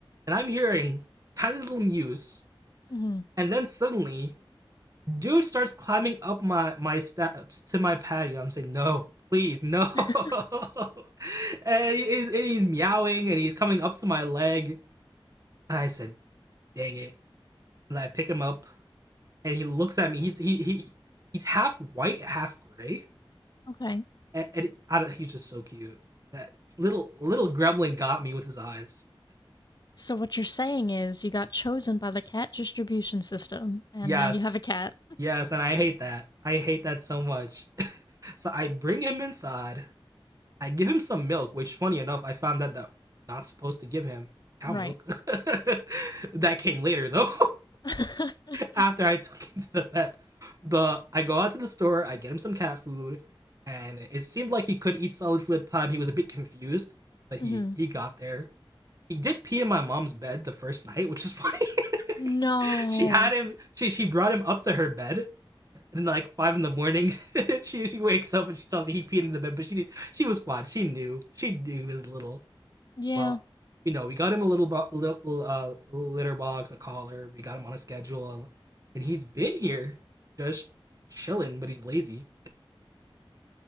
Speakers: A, on the right; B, on the left.
A: and I'm hearing tiny little mews.
B: hmm
A: And then suddenly, dude starts climbing up my, my steps to my patio. I'm saying, no, please, no.
B: <laughs>
A: <laughs> and, he's, and he's meowing and he's coming up to my leg. And I said, dang it. And I pick him up and he looks at me. He's he, he he's half white, half gray.
B: Okay.
A: And, and I don't, he's just so cute. That little little gremlin got me with his eyes.
B: So what you're saying is you got chosen by the cat distribution system, and
A: Yes.
B: now you have a cat.
A: Yes, and I hate that. I hate that so much. <laughs> so I bring him inside. I give him some milk, which funny enough, I found out that I'm not supposed to give him cow
B: Right.
A: milk. <laughs> that came later though.
B: <laughs>
A: <laughs> After I took him to the vet. But I go out to the store, I get him some cat food, and it seemed like he could eat solid food at the time. He was a bit confused, but he
B: hmm
A: he got there. He did pee in my mom's bed the first night, which is funny.
B: No.
A: <laughs> she had him. She she brought him up to her bed, and like five in the morning, <laughs> she she wakes up and she tells me he peed in the bed. But she did, she was fine. She knew. She knew he little.
B: Yeah.
A: Well, you know, we got him a little bo- little uh, litter box, a collar. We got him on a schedule, and he's been here just chilling, but he's lazy.